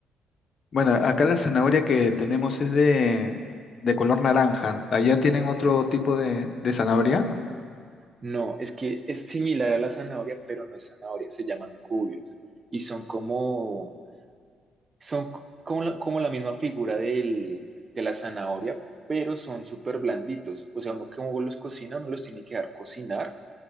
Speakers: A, on the left; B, on the right.
A: Bueno, acá la zanahoria que tenemos es de, de color naranja. ¿Allá tienen otro tipo de, de zanahoria?
B: No, es que es similar a la zanahoria, pero no es zanahoria, se llaman cubios. Y son como, son c- como, la- como la misma figura del, de la zanahoria, pero son súper blanditos. O sea, uno como los cocina, uno los tiene que dar cocinar